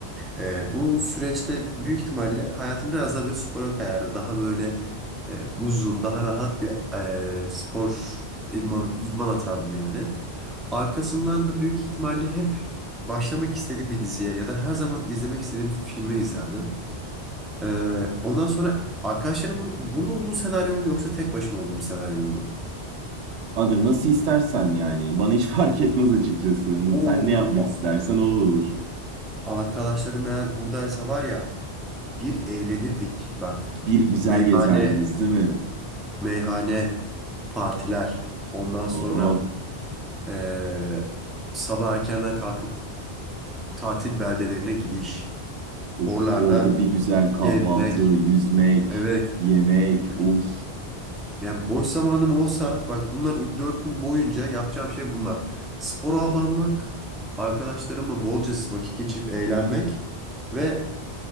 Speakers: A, in the centre; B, on the right.
A: Ee, bu süreçte büyük ihtimalle hayatım biraz daha böyle spora kayardı. Daha böyle e, uzun, daha rahat bir e, spor idman, idman atardım yani. Arkasından da büyük ihtimalle hep başlamak istediğim bir diziye ya da her zaman izlemek istediğim bir filmi izlerdim. Ee, ondan sonra arkadaşlarımın burada olduğu senaryo mu yoksa tek başıma olduğum bir senaryo mu bu?
B: Aga nasıl istersen yani. Bana hiç <laughs> fark etmez açıkçası.
A: Oo,
B: Sen ne yapmak istersen o olur.
A: Arkadaşlarım eğer buradaysa var ya bir eğlenirdik bak.
B: Bir güzel
A: Meyhane,
B: gezerdiniz değil mi?
A: meyhane, partiler. Ondan sonra
B: Oh.
A: eee, sabah erkenden kalkıp tatil beldelerine gidiş.
B: Of
A: Oralarda
B: orada bir güzel kahvaltı,
A: gezmek.
B: yüzmek,
A: Evet.
B: yemek.
A: Hani,
B: Of
A: yani boş zamanım olsa bak bunlar dört gün boyunca yapacağım şey bunlar. Spora abanmak, arkadaşlarımla bolca vakit geçirip eğlenmek ve